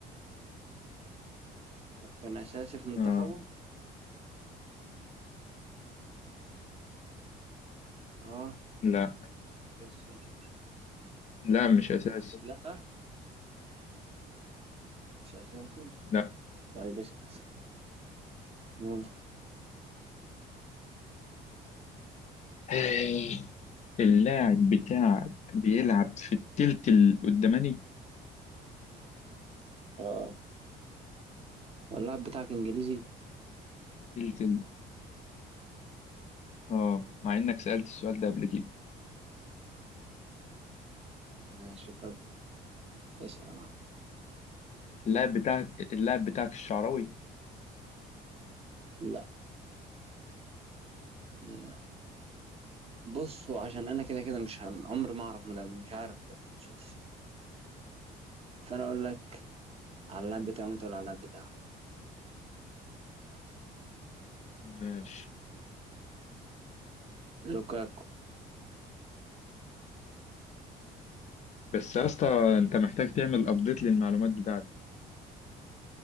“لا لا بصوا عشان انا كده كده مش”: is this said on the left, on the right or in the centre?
Right